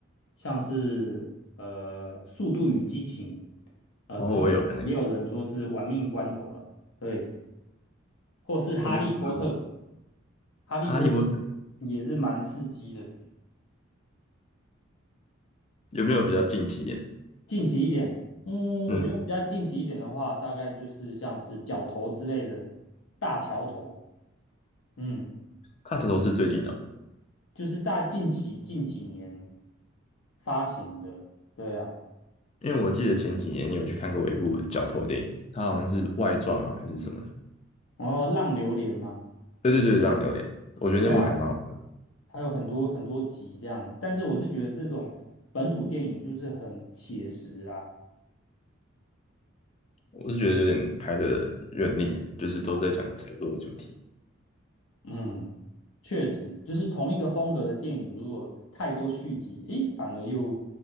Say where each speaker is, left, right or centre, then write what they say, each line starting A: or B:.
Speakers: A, on the left; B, on the left.
A: 像是呃《速度与激情》，呃，
B: 哦，
A: 通常也有人说是《玩命关头》了，
B: 我也有可能，
A: 对，或是《哈利波特》，
B: 我觉得《嗯
A: 《哈利波特》
B: 哈利波特》
A: 也是蛮刺激的。
B: 有没有比较近期一点？
A: 近期一点，嗯，
B: 嗯，
A: 我觉得比较近期一点的话，大概就是像是角头之类的大桥头，嗯。
B: 他这都是最近的哦
A: 就是大近期近几年发行的，对啊，
B: 因为我记得前几年你有去看过一部角头电影，它好像是外传嘛还是什么的。
A: 然后浪流连嘛，
B: 对对对，让有点。我觉得那部还蛮好的，
A: 对啊，它有很多很多集这样，但是我是觉得这种本土电影就是很写实啦，
B: 我是觉得有点拍的有点腻，就是都是在讲车祸主题，
A: 啊，嗯，确实，就是同一个风格的电影，如果太多续集，诶，反而又